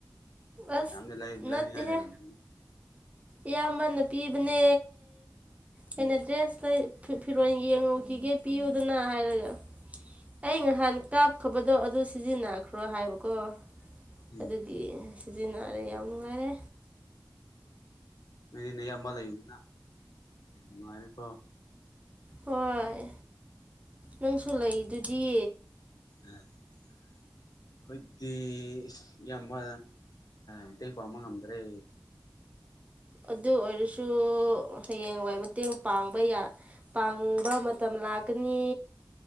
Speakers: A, on the right; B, on the left.
A: ꯑꯁ
B: ꯌꯥꯝꯅ ꯂꯩ
A: ꯅꯠꯇꯦꯍꯦ
B: ꯂꯩꯅꯤꯡꯉꯥꯏ ꯂꯩꯔꯝꯃꯅꯤꯅꯦ
A: ꯏꯌꯥꯝꯕꯅ ꯄꯤꯕꯅꯦ ꯑꯩꯅ
B: ꯎꯝ
A: ꯗ꯭ꯔꯦꯁ ꯂꯩ ꯐꯤ ꯐꯤꯔꯣꯟ ꯌꯦꯡꯉꯨꯈꯤꯒꯦ ꯄꯤꯌꯨꯗꯅ ꯍꯥꯏꯔꯒ ꯑꯩ ꯉꯍꯥꯟ ꯀꯥꯞꯈ꯭ꯔꯕꯗꯣ ꯑꯗꯨ ꯁꯤꯖꯤꯟꯅꯈ꯭ꯔꯣ ꯍꯥꯏꯕꯀꯣ
B: ꯎꯝ
A: ꯑꯗꯨꯒꯤ ꯁꯤꯖꯤꯟꯅꯔꯦ ꯌꯥꯝ ꯅꯨꯡꯉꯥꯏꯔꯦ
B: ꯅꯣꯏꯗꯤ ꯅꯌꯥꯝꯕ ꯂꯩꯕꯅꯤꯅ ꯅꯨꯡꯉꯥꯏꯔꯦꯀꯣ
A: ꯍꯣꯏ ꯅꯪꯁꯨ ꯂꯩꯗꯨꯗꯤ
B: <unintelligible> ꯑꯩꯈꯣꯏꯗꯤ ꯏꯌꯥꯝꯕ ꯃꯇꯦꯡ ꯄꯥꯡꯕ ꯉꯝꯗ꯭ꯔꯦ
A: ꯑꯗꯨ ꯑꯣꯏꯔꯁꯨ ꯍꯌꯦꯡꯋꯥꯏ ꯃꯇꯦꯡ ꯄꯥꯡꯕ ꯌꯥ ꯄꯥꯡꯕ ꯃꯇꯝ ꯂꯥꯛꯀꯅꯤ